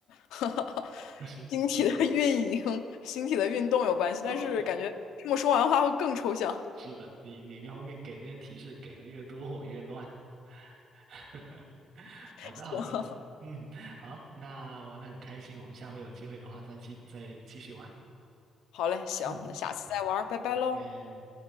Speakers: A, on the left (about 90°); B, on the right (about 70°).
A: <laughs>
B: 不行，
A: 星体的运营、星体的运动有关系。但是感觉这么说完的话会更抽象。
B: <laughs> 是的，你你你后面给那些提示给的越多，我越乱。<laughs>
A: <laughs>
B: 好的，好的，
A: 行，
B: 嗯，好，那玩的很开心，我们下回有机会的话再继再继续玩。
A: 好嘞，行，
B: 嗯，
A: 那下次再玩儿拜拜喽。
B: 好啊，再见。